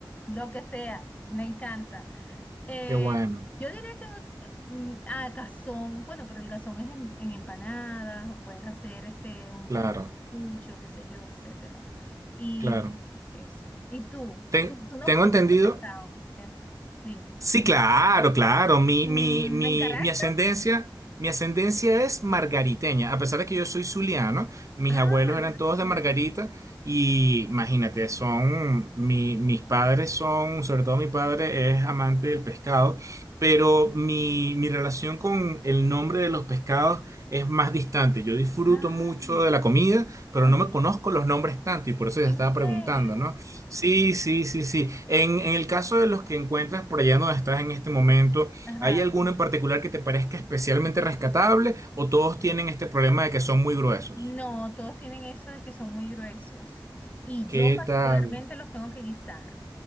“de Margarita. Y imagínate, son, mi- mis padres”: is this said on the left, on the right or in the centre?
Right